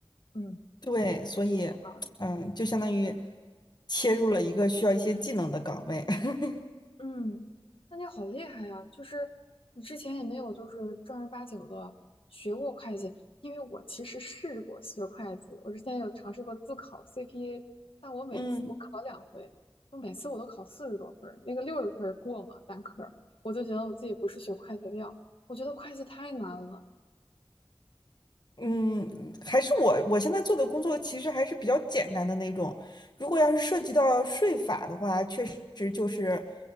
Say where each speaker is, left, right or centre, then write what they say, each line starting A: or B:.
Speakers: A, on the left (about 75°); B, on the left (about 50°).
A: 嗯，
B: 对，所以，
A: 说的有道理。
B: 嗯，就相当于切入了一个需要一些技能的岗位。<laughs>
A: 嗯，那你好厉害呀！就是你之前也没有就是正儿八经的学过会计，因为我其实试过学会计，我之前有尝试过自考 CPA，但我每次我考两回，
B: 嗯
A: 我每次我都考四十多分儿那个六十分儿过嘛单科儿我就觉得我自己不是学会计的料，我觉得会计太难了。
B: 嗯，还是我我现在做的工作其实还是比较简单的那种。如果要是涉及到税法的话，确实就是